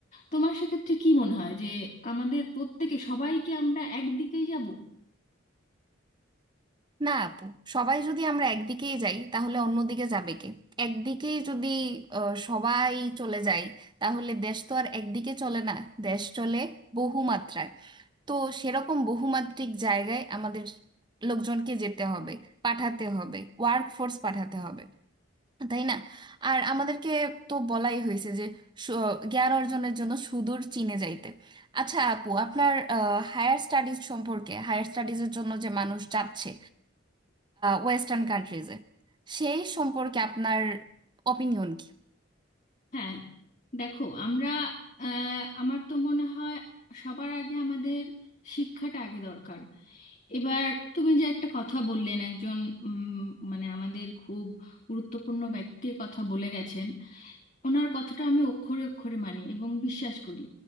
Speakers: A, on the left; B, on the right.
A: তোমার সেক্ষেত্রে কি মনে হয় যে আমাদের প্রত্যেকে সবাই কি আমরা একদিকেই যাব
B: না আপু সবাই যদি আমরা একদিকেই যাই তাহলে অন্যদিকে যাবে কে একদিকেই যদি আহ, সবাই চলে যায় তাহলে দেশ তো আর একদিকে চলে না দেশ চলে বহুমাত্রায় তো সেরকম বহুমাত্রিক জায়গায় আমাদের লোকজনকে যেতে হবে পাঠাতে হবে ওয়ার্ক ফোর্স পাঠাতে হবে তাই না আর আমাদেরকে তো বলাই হয়েছে যে সু- জ্ঞান অর্জনের জন্য সুদূর চীনে যাইতে আচ্ছা আপু আপনার হায়ার স্টাডিজ সম্পর্কে হায়ার স্টাডিজের জন্য যে মানুষ যাচ্ছে ওয়েস্টার্ন কান্ট্রিজে সেই সম্পর্কে আপনার অপিনিয়ন কি
A: হ্যাঁ দেখো আমরা আহ, আমার তো মনে হয় সবার আগে আমাদের শিক্ষাটা আগে দরকার এবার তুমি যে একটা কথা বললেন একজন উম, মানে আমাদের খুব গুরুত্বপূর্ণ ব্যক্তির কথা বলে গেছেন ওনার কথাটা আমি অক্ষরে অক্ষরে মানি এবং বিশ্বাস করি